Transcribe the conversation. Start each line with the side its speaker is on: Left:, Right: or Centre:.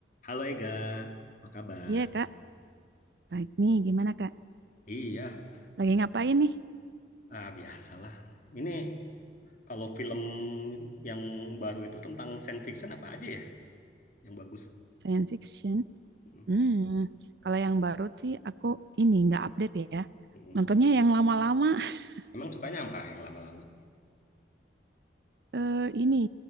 Left: Halo Ega, apa kabar?
Right: Iya, Kak. Baik nih, gimana, Kak?
Left: Iya,
Right: Lagi ngapain nih?
Left: ah, biasalah. Ini kalau film yang baru itu tentang science fiction apa aja ya yang bagus?
Right: Science fiction.
Left: Mm,
Right: Hmm, kalau yang baru sih aku ini nggak update ya.
Left: mm.
Right: Nontonnya yang lama-lama. <laughs>
Left: Emang sukanya apa yang lama-lama?
Right: Eh, ini